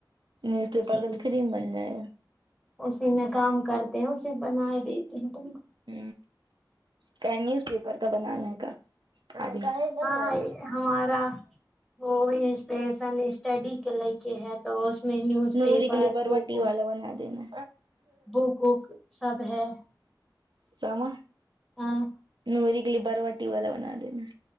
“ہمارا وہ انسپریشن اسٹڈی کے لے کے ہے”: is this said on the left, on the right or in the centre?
Centre